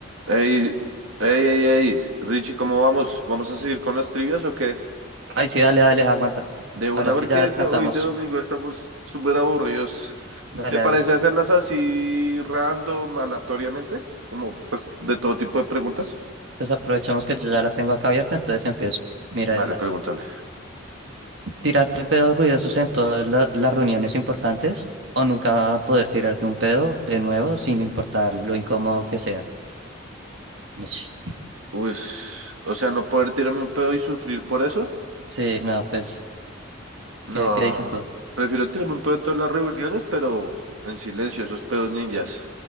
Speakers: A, on the right; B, on the right.
A: Ey, ey, ey, ey, Richie, ¿cómo vamos? ¿Vamos a seguir con las trivias o qué?
B: Ay, sí, dale, dale, aguanta.
A: De una,
B: Ahora sí
A: porque
B: ya descansamos.
A: de hoy de domingo estamos súper aburridos.
B: Dale,
A: ¿Te parece
B: dale.
A: hacerlas así random, aleatoriamente? Como, pues, de todo tipo de preguntas.
B: Pues aprovechamos que yo ya la tengo acá abierta, entonces empiezo. Mira
A: Vale,
B: esta.
A: pregúntale.
B: Tirarte pedos ruidosos en todas la- las reuniones importantes o nunca poder tirarte un pedo de nuevo sin importar lo incómodo que sea. Ush.
A: Uy, o sea, no poder tirarme un pedo y sufrir por eso.
B: Sí, no, pues,
A: No,
B: ¿qué, qué dices tú?
A: prefiero tirarme un pedo en todas las reuniones, pero en silencio, esos pedos ninjas.